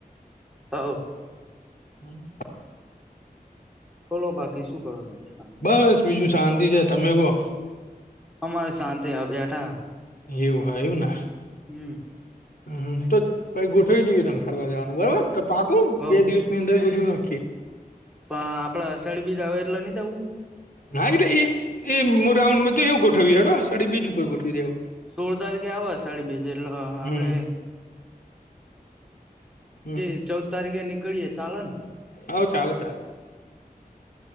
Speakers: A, in the centre; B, on the left.
A: હવ
B: હમ
A: બોલો બાકી શું કરો તમે
B: બસ બીજું શાંતિ છે તમે કહો
A: અમારે શાંતી આ બેઠા
B: એવું હ એવું ને
A: હમ્મ
B: હ તો પછી ગોઠવી દઈએ તમે ફરવા જવાનું બરોબર તો પાકો
A: હવ
B: બે દિવસ અંદર ગોઠ વી નાખીએ
A: પણ આપડે અસાઢી બીજ આવે એટલે નહી જવું
B: હા એ એ એ રાઉન્ડ માં તો એવું ગોઠવી હડ સાડી બીજ ઉપર ગોઠવી દેવ
A: સોળ તારીખે આવા સાડી બેીજ એટલા આપડે
B: હમ હમ
A: જે ચૌદ તારીખે નીકળીયે ચાલેને
B: હવ ચાલે ચાલે.